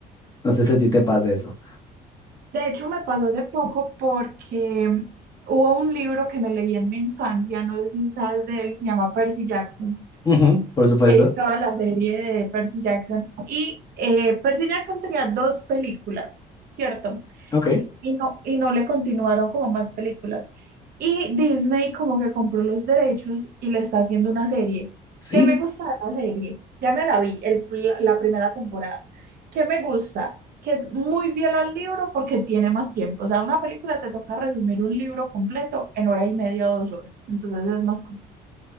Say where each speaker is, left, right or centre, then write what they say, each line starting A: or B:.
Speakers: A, on the left; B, on the right.
A: No sé si a ti te pasa eso.
B: De hecho, me pasó hace poco porque hubo un libro que me leí en mi infancia, no sé si sabes de él, se llama Percy Jackson.
A: Ujú, por supuesto.
B: Eh, toda la serie de Percy Jackson. Y eh, Percy Jackson tenía dos películas, ¿cierto?
A: Ok.
B: Y no, y no le continuaron como más películas. Y Disney como que compró los derechos y le está haciendo una serie.
A: Sí.
B: ¿Qué me gusta de la serie? Ya me la vi, el- la, la primera temporada. ¿Qué me gusta? Que es muy fiel al libro porque tiene más tiempo. O sea, una película te toca resumir un libro completo en hora y media o dos horas. Entonces es más corto.